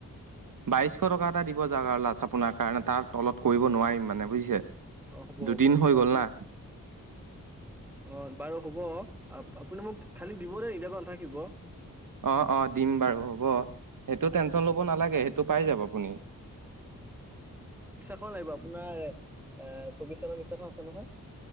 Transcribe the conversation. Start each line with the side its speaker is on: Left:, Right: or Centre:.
Right: বাইশ টকা এটা দিব যাওক আৰু লাজ আপোনাৰ কাৰণে তাত তলত কৰিব নোৱাৰিম মানে বুজিছে?
Centre: অ', হ'ব-হ'ব-হ'ব
Right: দুদিন হৈ গ'ল
Centre: আপুনি
Right: না
Centre: অ', বাৰু হ'ব আপুনি মোক খালি দিব দেই এদাক নাথাকিব।
Right: অ'-অ', দিম বাৰু হ'ব। সেইটো টেনচন ল'ব নালাগে সেইটো পাই যাব আপুনি।
Centre: খ লাগিব। আপোনাৰ এ চৌবিশ চনৰ মিক্সাৰখন আছে নহয়?